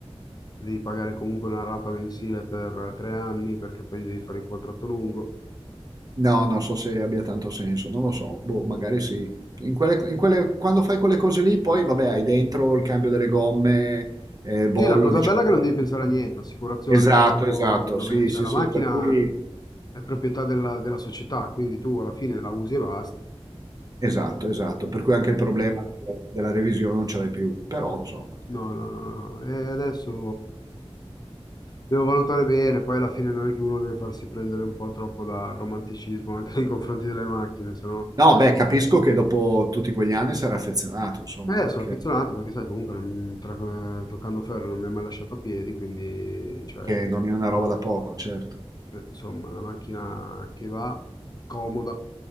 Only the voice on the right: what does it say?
No, non so se abbia tanto senso, non lo so, boh, magari sì. In quelle- in quelle- quando fai quelle cose lì, poi vabbè, hai dentro il cambio delle gomme, eh, bollo
di circolazione.
Esatto,
esatto,
sì,
sì,
sì,
per cui
esatto, esatto, per cui anche il problema de- della revisione non ce l'hai più, però insomma.
No, beh, capisco che dopo tutti quegli anni sarà affezionato, insomma,
anche
che non è una roba da poco, certo.